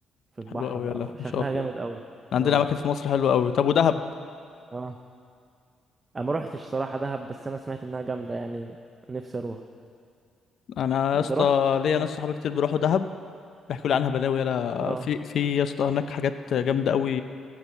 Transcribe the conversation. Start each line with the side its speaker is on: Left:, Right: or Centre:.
Right: في البحر
Left: حلو قوي
Right: بقى
Left: يلا
Right: شكلها
Left: ما شاء
Right: جامد
Left: الله
Right: قوي
Left: عندنا
Right: اه
Left: اماكن في مصر حلوه قوي طب ودهب
Right: اه انا ما روحتش صراحه دهب بس انا سمعت انها جامده يعني نفسي اروح
Left: انا يا اسطى
Right: انت روحت
Left: ليا ناس صحابي كتير بيروحوا دهب بيحكوا لي عنها بلاوي يلا
Right: اه
Left: في في يا اسطى هناك حاجات جامده قوي